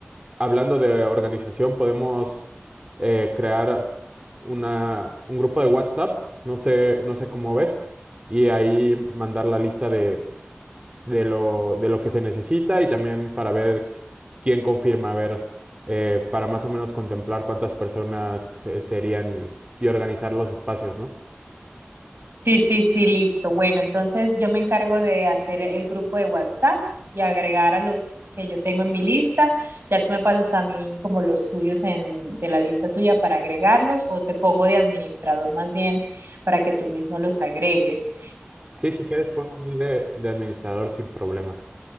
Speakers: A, on the right; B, on the right.
A: hablando de organización, podemos eh, crear una, un grupo de WhatsApp, no sé, no sé cómo ves, y ahí mandar la lista de de lo, de lo que se necesita y también para ver quién confirma, a ver, eh, para más o menos contemplar cuántas personas eh, serían y, y organizar los espacios, ¿no?
B: Sí, sí, sí, listo. Bueno, entonces yo me encargo de hacer el grupo de WhatsApp y agregar a los que yo tengo en mi lista. Ya tú me pasas a mí como los tuyos en, de la lista tuya para agregarlos o te pongo de administrador más bien para que tú mismo los agregues.
A: Sí, si quieres, ponme a mí de, de administrador sin problema.